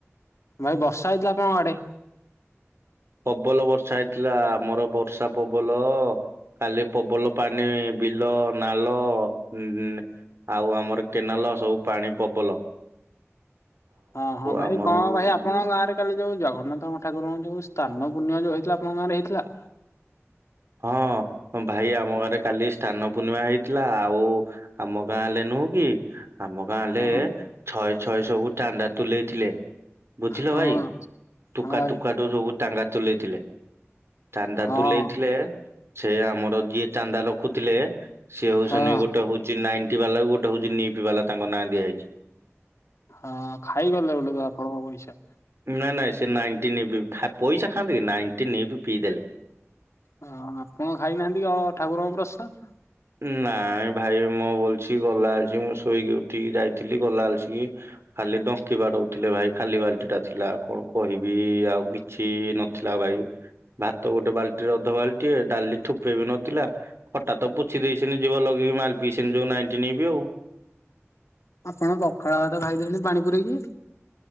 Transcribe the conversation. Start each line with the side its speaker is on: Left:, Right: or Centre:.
Left: ଭାଇ ବର୍ଷା ହେଇଥିଲା ଆପଣଙ୍କ ଆଡେ
Right: ପବଲ ବର୍ଷା ହେଇଥିଲା ଆମର ବର୍ଷା ପବଲ କାଲି ପବଲ ପାଣି ବିଲ ନାଲ ଉଁ ଆଉ ଆମର କେନାଲ ସବୁ ପାଣି ପବଲ।
Left: ହଁ ହଁ ଭାଇ
Right: ଆମର
Left: କଣ ଭାଇ ଆପଣଙ୍କ ଗାଁରେ ଆ କାଲି ଯୋଉ ଜଗନ୍ନାଥଙ୍କ ଠାରଙ୍କ ଯୋଉ ସ୍ଥାନ ପୁଣ୍ୟ ଯୋଉଇଥିଲା ଆପଙ୍କାଁରେ ହେଇଥିଲା?
Right: ହଁ ଭାଇ ଆମ ଘରେ କାଲି ସ୍ଥାନ ପୂର୍ଣ୍ଣିମା ହେଇଥିଲା ଆଉ ଆଉ ମ ଗାଁଲେ ହେଲେ ନୁହଁ କି? ଆମ ଗାଁରେ
Left: ହଁ
Right: ଛଏ ଛଏ ସବୁ ଚାନ୍ଦା ତୁଲେଇ ଥିଲେ। ବୁଝିଲ
Left: ହଁ
Right: ଭାଇ
Left: ହଁ
Right: ଟୁକା
Left: ଭାଇ
Right: ଟୁକା ଟୁ ସବୁ ଚାନ୍ଦା ତୁଲେଇଥିଲେ ଚାନ୍ଦା
Left: ହଁ
Right: ତୁଲେଇ ସେ ଆମର ଯିଏ ଚାନ୍ଦା ଲଖୁଥିଲେ ସିଏ ହଉଛନ୍ତିନ
Left: ହଁ
Right: ଗୋଟେ ହଉ। ନାଇଟି ବାଲା ଗୋଟେ ହଉଛି ନିପ ବାଲା ତାଙ୍କ ନାଁ ଦିଆଯାଇଛି।
Left: ହଁ ଖାଇଗଲେ ବୋଲେ ତ ଆପଣଙ୍କ ପଇସା।
Right: ନାଇଁ ନାଇଁ ସେ ନାଇନଟି ନିପ <unintelligible> ପଇସା ଖାଆନ୍ତେ କି ନାଇନଟି ନିପ ପିଇଦେଲେ।
Left: ହଁ ଆପଣ ଖାଇନାହାନ୍ତି ଅ ଠାକୁରଙ୍କ ପ୍ରସାଦ।
Right: ନାଇଁ ଭାଇ ମୁଁ ବଲଛି ଗଲା ଆଛି ମୁଁ ଶୋଇକି ଉଠିକି ଯାଇଥିଲି ଗଲା ଅଲସ କି ଖାଲି ଡଙ୍କି ବାଡଉଥିଲେ ଭାଇ ଖାଲି ବାଲଟି ଟା ଥିଲା କଣ କହିବି ଆଉ କିଛି କିଛି ନଥିଲା ଭାଇ। ଭାତ ଗୋଟେ ବାଲ୍ଟିରେ ଅଧ ବାଲ୍ଟିଏ ଡାଲି ଠୋପେ ବି ନଥିଲା ଖଟା ତ। କିଛି ଦେଇ ସେନ ଯିବା ଲଗିବି ମାଲ୍ପିସିନନ୍ ଯଉଁ ନାଇଣ୍ଟି ନେବି ଆଉ
Left: ଆପଣ ପଖାଳ ଭାତ ଖାଇଦେଲେଣି ପାଣି ପୁରେଇକି।